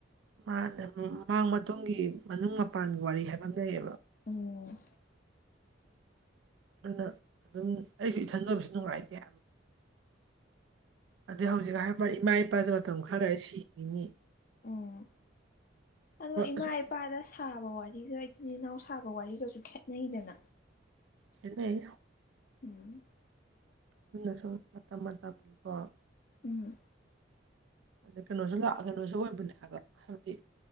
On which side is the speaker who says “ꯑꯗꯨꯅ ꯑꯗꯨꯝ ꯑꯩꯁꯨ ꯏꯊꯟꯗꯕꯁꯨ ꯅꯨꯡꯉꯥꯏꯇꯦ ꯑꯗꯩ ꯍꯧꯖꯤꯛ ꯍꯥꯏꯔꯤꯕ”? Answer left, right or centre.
Right